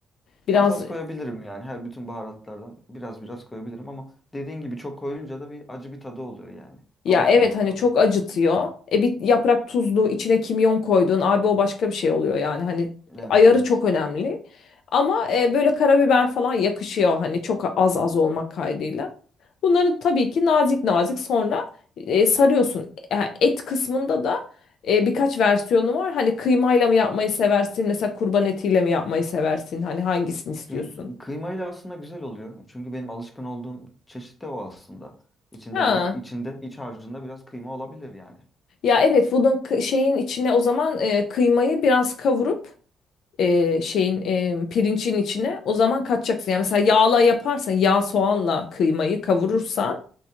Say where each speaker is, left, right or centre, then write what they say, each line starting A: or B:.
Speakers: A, on the left; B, on the left.
A: Biraz
B: Az az koyabilirim yani her bütün baharatlardan biraz biraz koyabilirim ama dediğin gibi çok koyunca da bir acı bir tadı oluyor yani.
A: Ya
B: Abartmamak
A: evet hani
B: lazım
A: çok
B: fazla
A: acıtıyor.
B: da.
A: E bir yaprak tuzlu içine kimyon koydun. Abi o başka bir şey oluyor yani. Hani
B: Evet
A: ayarı
B: evet.
A: çok önemli. Ama e, böyle karabiber falan yakışıyor hani çok az az olmak kaydıyla. Bunları tabii ki nazik nazik sonra e, sarıyorsun. E, Et kısmında da e, birkaç versiyonu var. Hani kıymayla mı yapmayı seversin? Mesela kurban etiyle mi yapmayı seversin? Hani hangisini istiyorsun?
B: Kıy- Kıymayla aslında güzel oluyor. Çünkü benim alışkın olduğum çeşit de o aslında. İçinde
A: Ha.
B: biraz içinde iç harcında biraz kıyma olabilir yani.
A: Ya evet bunun kı- şeyin içine o zaman e, kıymayı biraz kavurup e, şeyin e, pirincin içine o zaman katacaksın. Yani mesela yağla yaparsan yağ soğanla kıymayı kavurursan